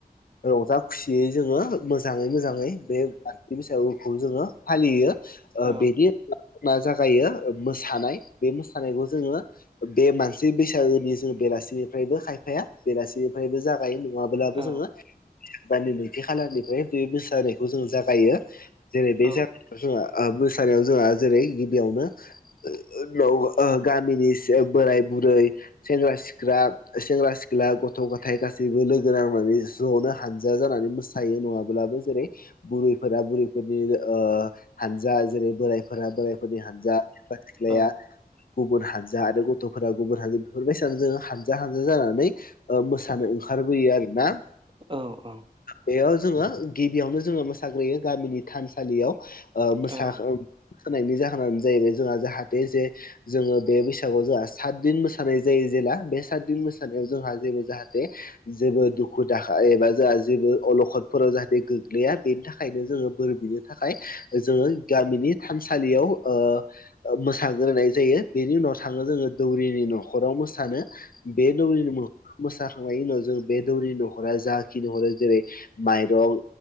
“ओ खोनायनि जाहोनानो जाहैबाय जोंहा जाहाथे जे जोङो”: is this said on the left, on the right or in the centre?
Left